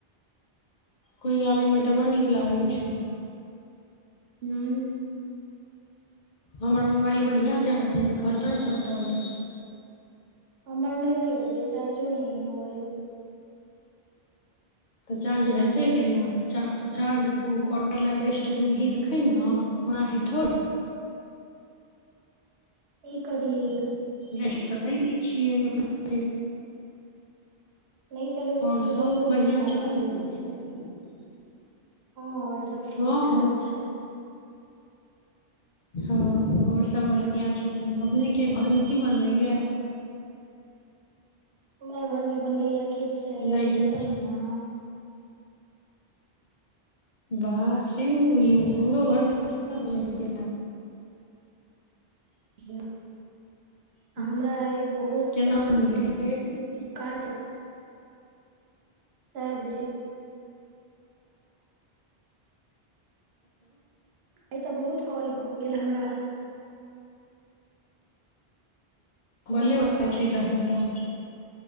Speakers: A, on the left; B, on the right.
A: कुरियाबयमे तऽ बड़ नीक लागै छै
B: हू
A: हमर मोबाइल बढ़िआँ चार्ज अइ एकहत्तर सत्तर अइ
B: हमर नहि अय ओते चार्जो नए ए मोबाइल
A: तऽ चार्ज हेतै केना चार्ज करै ल रेस्ट देबही तखन न हँ म ही थोर
B: ई करिए
A: रेस्ट तऽ दय नहि न छिय अपने के
B: नहि चलबै
A: और
B: छियै
A: सब
B: तैयो
A: बढ़ियां
B: ओहिना राखल
A: छै
B: रहै छै हँ आओर सब ठीक
A: हँ
B: ठाक
A: हँ
B: छै
A: हँ आओर सभ बढ़िआँ छै तऽन अपनेके घरमे की बनलैए
B: हमरा घरमे बनलैए खिचड़
A: राइत
B: लूसन्ना
A: मे वाह सेम टू यू हमरो घरमे सेहे बनलय या
B: इ
A: ये
B: हमरा ई बहुत
A: केना
B: आओर
A: मिल गेल
B: काज सएह बुझि आइ तऽ बहुत कॉल भऽ गेल हमरा
A: बले बले छै तहन तऽ